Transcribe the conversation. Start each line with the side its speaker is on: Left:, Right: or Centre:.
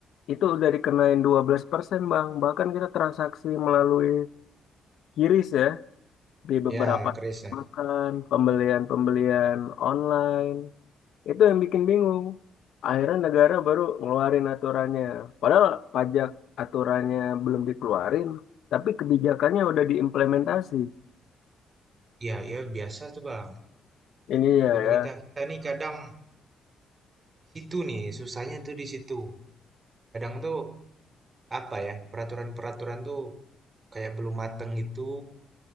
Left: itu udah dikenain 12% bang. Bahkan kita transaksi melalui kiris ya, di beberapa
Right: Ya, keris ya.
Left: makan, pembelian-pembelian online. Itu yang bikin bingung. Akhirnya negara baru ngeluarin aturannya. Padahal pajak aturannya belum dikeluarin, tapi kebijakannya udah diimplementasi.
Right: Iya, ya biasa tuh Bang.
Left: Ini ya
Right: Pemerintah
Left: ya,
Right: kita nih kadang di situ nih, susahnya tuh di situ. Kadang tuh apa ya, peraturan-peraturan tuh kayak belum mateng gitu,